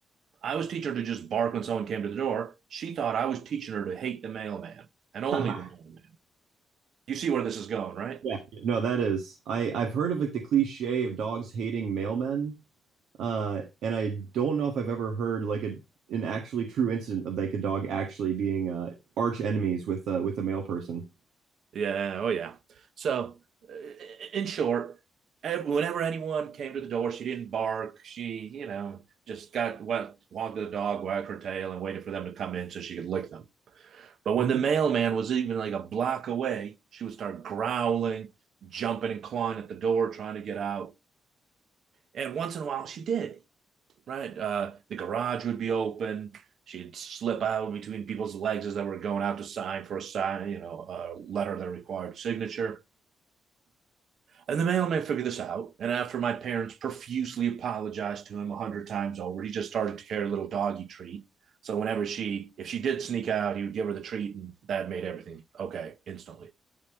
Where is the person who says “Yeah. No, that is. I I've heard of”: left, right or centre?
Right